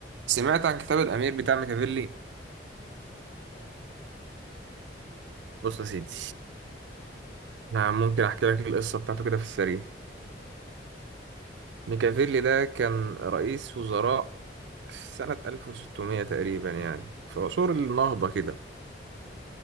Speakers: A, on the right (about 80°); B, on the left (about 65°).
A: سمعت عن كتاب الأمير بتاع ميكافيلي؟
B: لا الصراحة دي هيتكلم
A: بص
B: يقول
A: يا سيدي
B: ايه
A: أنا ممكن أحكي لك القصة بتاعته كده في السريع
B: ماشي
A: ميكافيلي ده كان رئيس وزراء في سنة 1600 تقريبا يعني في عصور النهضة كده
B: حلو